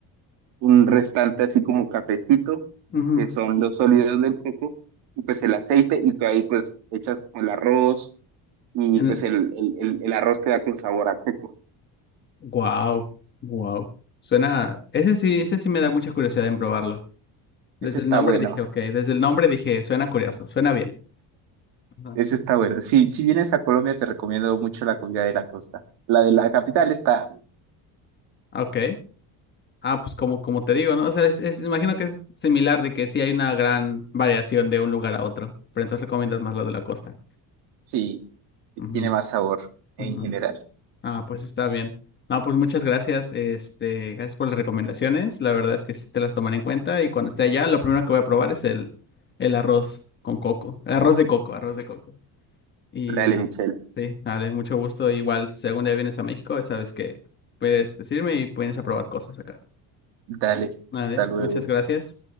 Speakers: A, on the right; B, on the left.
A: un restante así como cafecito,
B: Ujú.
A: que son los sólidos del coco y pues el aceite y tú ahí pues echas el arroz y
B: En-
A: pues el, el, el, el arroz queda con sabor a coco.
B: Guau, guau. Suena. Ese sí, ese sí me da mucha curiosidad en probarlo. Desde
A: Ese está
B: el nombre
A: bueno,
B: dije, ok, desde el nombre dije, suena curioso, suena bien. Ajá.
A: ese está bueno. Sí, si vienes a Colombia, te recomiendo mucho la comida de la costa. La de la capital está,
B: Ok. Ah, pues como, como te digo, ¿no? O sea, es, es- imagino que es similar de que sí hay una gran variación de un lugar a otro, pero entonces recomiendas más la de la costa.
A: sí,
B: Ujú,
A: tiene más sabor en
B: ujú.
A: general.
B: Ah, pues está bien. No, pues muchas gracias, este, gracias por las recomendaciones. La verdad es que sí te las tomaré en cuenta y cuando esté allá, lo primero que voy a probar es el, el arroz con coco, el arroz de coco, arroz de coco. Y
A: Dale, Michelle.
B: sí, dale, mucho gusto. Igual, si algún día vienes a México, sabes que puedes decirme y puedes aprobar cosas acá.
A: Dale,
B: Vale,
A: hasta luego.
B: muchas gracias.